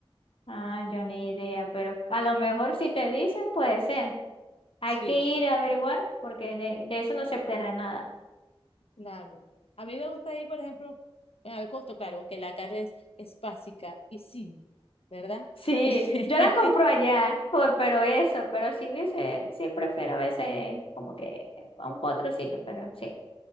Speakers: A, on the left (about 65°); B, on the left (about 80°).
A: Ah, yo ni idea, pero a lo mejor si te dicen puede ser. Hay
B: Sí.
A: que ir a averiguar porque de, de eso no se pierde nada.
B: Claro. A mí me gusta ir, por ejemplo, eh, al costo, claro, aunque la carne es, es básica y sí, ¿verdad?
A: Sí,
B: <laughs>
A: yo la compro allá, por, pero eso, pero si hubiese, sí prefiero a veces como que a un otro sitio,
B: Sí.
A: pero sí.